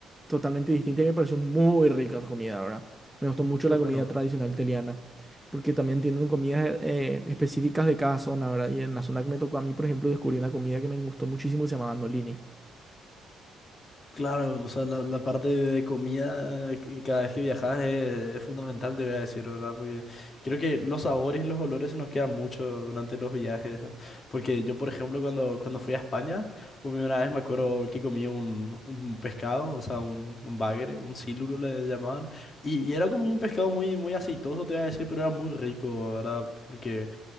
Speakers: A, in the centre; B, on the left (about 45°).
A: totalmente distinta y me pareció muy rica su comida, ¿verdad? Me gustó mucho
B: Qué
A: la
B: bueno.
A: comida tradicional italiana porque también tienen comidas eh, específicas de cada zona, ¿verdad? Y en la zona que me tocó a mí, por ejemplo, descubrí una comida que me gustó muchísimo que se llamaba Nolini.
B: Claro, o sea, la, la parte de comida que cada vez que viajas es, es fundamental, te voy a decir, ¿verdad? Porque creo que los sabores y los olores se nos quedan mucho durante los viajes. Porque yo, por ejemplo, cuando, cuando fui a España, por primera vez me acuerdo que comí un, un pescado, o sea, un, un bagre, un siluro le llamaban. Y, y era como un pescado muy, muy aceitoso, te voy a decir, pero era muy rico, ¿verdad? Porque